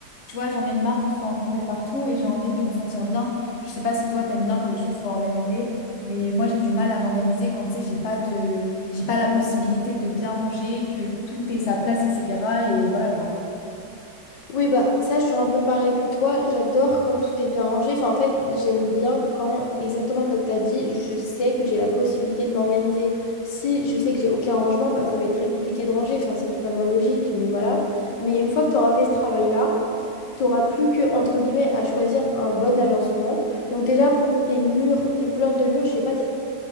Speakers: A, on the left; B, on the left.
A: tu vois, j'en ai marre que ce soit encombré partout et j'ai envie de me sentir bien. Je sais pas si toi, t'aimes bien quand les choses sont organisées, mais moi, j'ai du mal à m'organiser quand, tu sais, j'ai pas de, j'ai pas la possibilité de bien ranger, que tout ait sa place, etc. Et voilà quoi.
B: Oui, bah ça, je suis un peu pareil que toi. J'adore quand tout est bien rangé. Enfin, en fait, j'aime bien quand, exactement comme tu as dit, je sais que j'ai la possibilité de m'organiser. Si je sais que j'ai aucun rangement, bah, ça va être très compliqué de ranger. Enfin, c'est totalement logique, mais voilà. Mais une fois que tu auras fait ce travail-là, tu n'auras plus que, entre guillemets, à choisir un bon agencement. Donc déjà, pour tes murs, tes couleurs de murs, je sais pas si